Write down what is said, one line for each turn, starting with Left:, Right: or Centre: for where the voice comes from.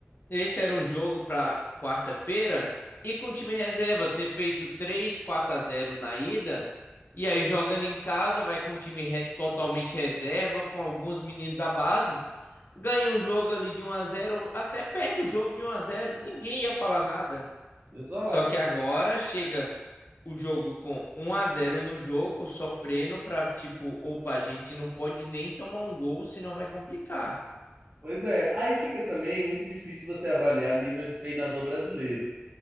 Left: esse era um jogo para quarta-feira e com o time reserva ter feito 3 4 a zero na ida e aí jogando em casa vai com o time re totalmente reserva com alguns meninos da base, ganha um jogo ali de um a zero ou até perde o jogo de um a zero ninguém ia falar nada.
Right: Exato,
Left: Só que
Right: exato.
Left: agora chega o jogo com um a zero no jogo, sofrendo para tipo, opa, a gente não pode nem tomar um gol, senão vai complicar.
Right: Pois é, aí fica também muito difícil você avaliar nível de treinador brasileiro.